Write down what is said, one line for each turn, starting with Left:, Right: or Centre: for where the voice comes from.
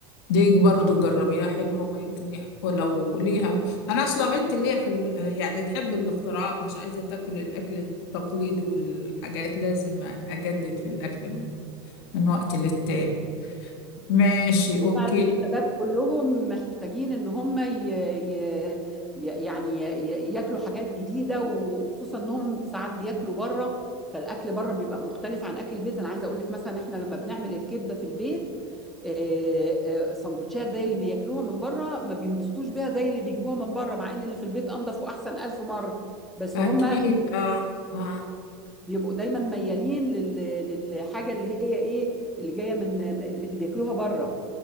Left: دي برضو جربيها حلوة هما يمكن يحبوا لو ليها أنا أصلا بنت ليها في ال... يعني تحب الاختراعات مش عايزة تاكل الأكل التقليدي والحاجات لازم أجدد في الأكل من, من وقت للتاني ماشي أوكي
Centre: فعلا الشباب كلهم محتاجين ان هم ي... ي... ي- يعني ي... ياكلوا حاجات جديده و- وخصوصا انهم ساعات بياكلوا بره فالاكل بره بيبقى مختلف عن اكل البيت انا عايزه اقول لك مثلا احنا لما بنعمل الكبده في البيت آه، آه، سندوتشات زي اللي بياكلوها من بره ما بينبسطوش بيها زي اللي بيجيبوها من بره مع ان اللي في البيت انضف واحسن الف مره بس
Left: أكيد
Centre: هم
Left: آه آه
Centre: بيبقوا دايما ميالين لل... للحاجه اللي هي ايه اللي جايه من اللي بياكلوها بره